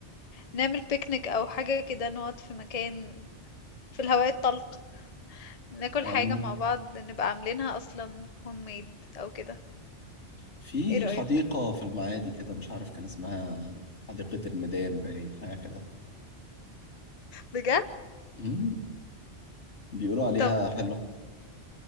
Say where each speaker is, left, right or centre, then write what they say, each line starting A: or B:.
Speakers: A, on the left; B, on the left.
A: نعمل بيكنيك او حاجة كده نقعد في مكان في الهواء الطلق ناكل
B: أم
A: حاجة مع بعض نبقى عاملينها أصلا هوم ميد أو كده
B: في
A: ايه رأيك
B: حديقة في المعادي كده مش عارف كان اسمها حديقة الميدان باين حاجة
A: بجد
B: كده بيقولوا عليها
A: طب
B: حلو